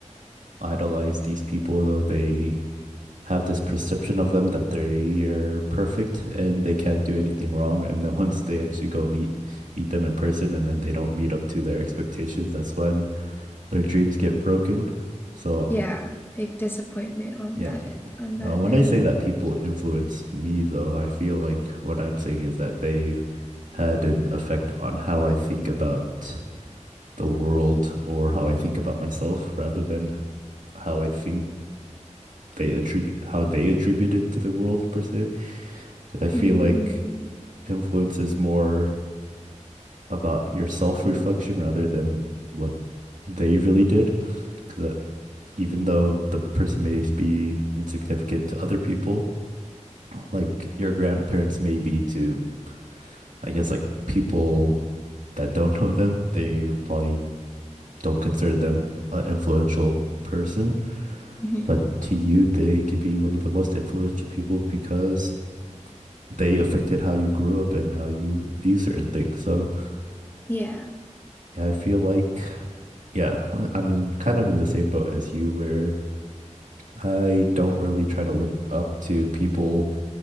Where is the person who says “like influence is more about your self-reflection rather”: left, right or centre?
Right